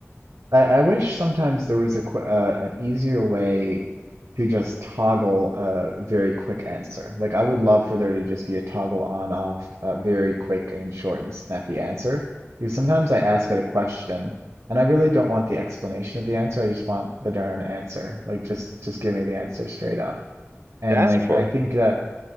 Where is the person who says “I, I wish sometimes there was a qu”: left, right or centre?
Right